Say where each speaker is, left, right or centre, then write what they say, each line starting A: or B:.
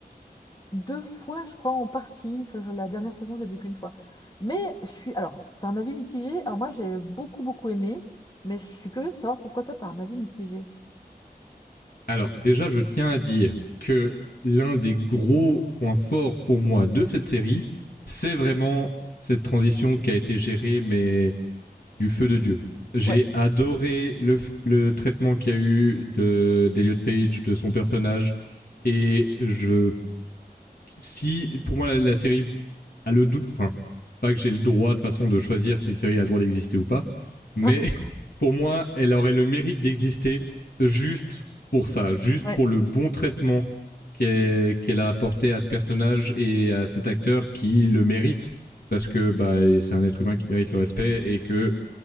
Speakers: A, on the left; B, on the left.
A: deux fois, je crois, en partie. Enfin, je- la dernière saison, je l'ai vu qu'une fois. Mais je suis. Alors, t'as un avis mitigé? Alors, moi, j'ai beaucoup, beaucoup aimé, mais je suis curieuse de savoir pourquoi toi, t'as un avis mitigé.
B: Alors déjà, je tiens à dire que l'un des gros points forts pour moi de cette série, c'est vraiment cette transition qui a été gérée, mais du feu de Dieu. J'ai
A: Ouais.
B: adoré le, le traitement qu'il y a eu de d'Eliot Page, de son personnage, et je si pour moi la, la série a le doute, enfin pas que j'ai le droit de façon de choisir si une série a le droit d'exister ou pas, mais
A: <laughs>
B: <laughs> pour moi elle aurait le mérite d'exister juste pour ça, juste
A: Ouais.
B: pour le bon traitement qu'elle qu'elle a apporté à ce personnage et à cet acteur qui le mérite parce que bah, c'est un être humain qui mérite le respect et que